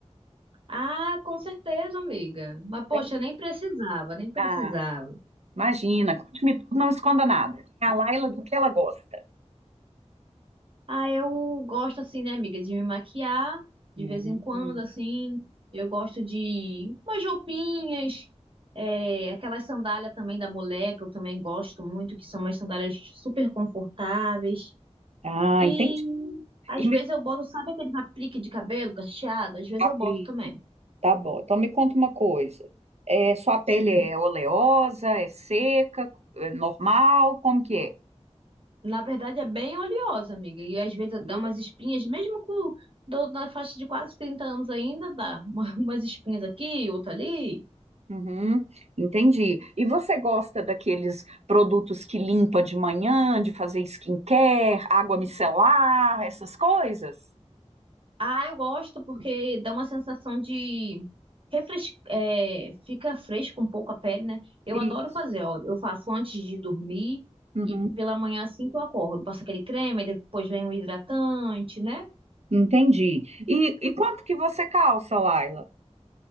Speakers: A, on the right; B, on the right.
A: Ah, com certeza, amiga. Mas, poxa,
B: Tem?
A: nem precisava, nem precisava.
B: Ah, imagina, conte-me tudo, não esconda nada. Quem é a Laila do que ela gosta?
A: Ah, eu gosto, assim, né, amiga, de me maquiar
B: Hum.
A: de vez em quando, assim. Eu gosto de umas roupinhas, é, aquelas sandálias também da mulher, que eu também gosto muito, que são umas sandálias super confortáveis.
B: Ah,
A: E
B: entendi.
A: às
B: E me
A: vezes eu boto, sabe aqueles aplique de cabelo cacheado? Às vezes
B: apli,
A: eu boto também.
B: tá bom. Então me conta uma coisa. É, sua pele
A: Sim.
B: é oleosa, é seca, é normal? Como que é?
A: Na verdade é bem oleosa, amiga. E às vezes
B: Oleosa.
A: dá umas espinhas, mesmo com do, na faixa de quase 30 anos ainda dá. Uma- <laughs> umas espinhas aqui, outra ali.
B: Uhum, entendi. E você gosta daqueles produtos que limpa de manhã, de fazer skincare, água micelar, essas coisas?
A: Ah, eu gosto porque dá uma sensação de refres... é, fica fresco um pouco a pele, né? Eu
B: Isso.
A: adoro fazer, ó. Eu faço antes de dormir
B: Uhum,
A: e pela manhã assim que eu acordo. Passo aquele creme, aí depois vem o hidratante, né?
B: entendi. E, e quanto que você calça, Laila?